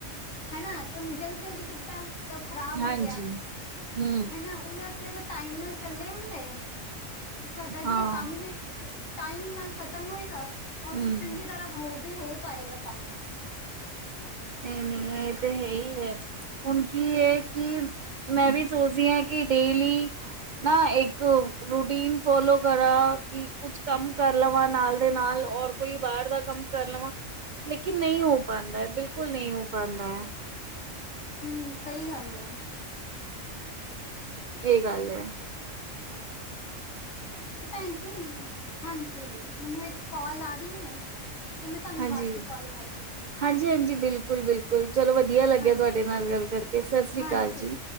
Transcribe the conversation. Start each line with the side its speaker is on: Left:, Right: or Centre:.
Left: ਹੈਨਾ ਤੇ ਹੁਣ ਜਲਦੀ-ਜਲਦੀ ਕੀਤਾ ਤੇ ਉਹ ਖ਼ਰਾਬ
Right: ਹਾਂਜੀ,
Left: ਹੋ ਗਿਆ
Right: ਹੂੰ,
Left: ਹੈਨਾ। ਉਹੀ ਅਸੀਂ ਅਗਰ ਟਾਈਮ ਨਾਲ ਚੱਲੇ ਹੁੰਦੇ ਸਾਡਾ
Right: ਹਾਂ,
Left: ਕੀ ਕੰਮ ਵੀ ਟਾਈਮ ਨਾਲ ਖਤਮ ਹੋਏਗਾ ਔਰ
Right: ਹੂੰ।
Left: ਫਿਰ ਚੰਗੀ ਤਰ੍ਹਾਂ ਉਹ ਬੀ ਹੋ ਪਾਏਗਾ ਕੰਮ।
Right: ਨਈ-ਨਈ ਇਹ ਤੇ ਹੈ ਹੀ ਏ। ਹੁਣ ਕੀ ਏ ਕਿ ਮੈਂ ਵੀ ਸੋਚਦੀ ਹਾਂ ਕਿ ਡੇਲੀ ਨਾ ਏਕ ਰੂਟੀਨ ਫੋਲੋ ਕਰਾਂ ਕਿ ਕਿ ਕੁੱਛ ਕੰਮ ਕਰ ਲਵਾਂ ਨਾਲ ਦੇ ਨਾਲ ਔਰ ਕੋਈ ਬਾਰ ਦਾ ਕੰਮ ਕਰ ਲਵਾਂ ਲੇਕਿਨ ਨਈ ਹੋ ਪਾਂਦਾ ਬਿਲਕੁਲ ਨੀ ਹੋ ਪਾਂਦਾ ਐ।
Left: ਹਮ ਸਹੀ ਗੱਲ ਏ।
Right: ਇਹ ਗੱਲ ਐ।
Left: <unintelligible> ਭੈਣ ਜੀ, ਹਾਂਜੀ ਮੈਨੂੰ ਇੱਕ ਕਾਲ ਆ ਰਹੀ ਹੈ। ਤੇ ਮੈਂ ਤੁਹਾਨੂੰ
Right: ਹਾਂਜੀ
Left: ਬਾਅਦ ਚ' ਕਾਲ ਕਰਦੀ ਹਾਂ।
Right: ਹਾਂਜੀ ਹਾਂਜੀ, ਬਿਲਕੁਲ ਬਿਲਕੁਲ ਚਲੋ ਵਧੀਆ ਲੱਗਿਆ
Left: ਹਾਂਜੀ
Right: ਤੁਹਾਡੇ ਨਾਲ ਗੱਲ ਕਰਕੇ, ਸਤਿ ਸ੍ਰੀ
Left: ਹਾਂਜੀ
Right: ਅਕਾਲ ਜੀ।